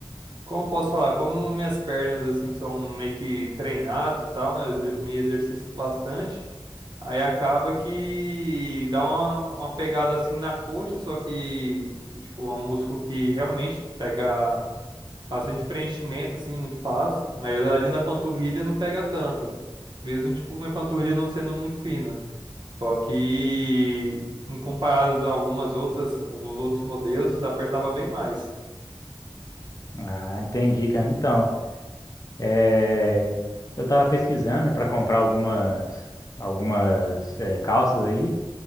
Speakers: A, on the right; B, on the left.
A: como eu posso falar? Como minhas pernas, assim, são meio que treinadas e tal, né, eu exer- me exercito bastante. Aí acaba que dá uma, uma pegada assim na coxa, só que, que, tipo, é um músculo que realmente pega bastante preenchimento, assim, muito fácil. Mas ali na panturrilha não pega tanto. Mesmo, tipo, minha panturrilha não sendo muito fina. Só que, em comparado a algumas outras, alguns outros modelos, apertava bem mais.
B: Ah, entendi, cara. Então. É, eu tava pesquisando para comprar algumas algumas é, calças aí